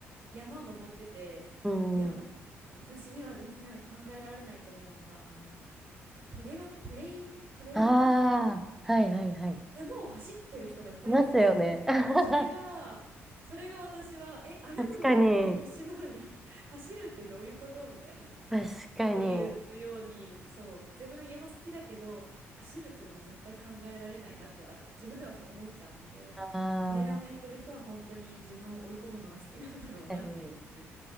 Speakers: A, on the right; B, in the centre.
A: 山を登ってて、
B: うんうん。
A: いや、私にはできない、考えられないって思うのが、あの、トレラン、トレイ、トレイルランニング
B: ああ、はいはいはい。い
A: 山を走ってる人がいっぱいいるんですよ。
B: ますよね。<laughs>
A: もうそれが、それが私は、え、歩くのでこんな必死なのには
B: 確かに、
A: <laughs> 走るってどういうことみたいな。
B: 確かに。
A: っていうように、そう、自分山好きだけど、走るってのは絶対考えられないなって、あと自分ではそう思っちゃうので、
B: ああ、
A: トレランをやってる人は本当に自分を追い込むのが好きなんだろうなっていう、
B: 確かに。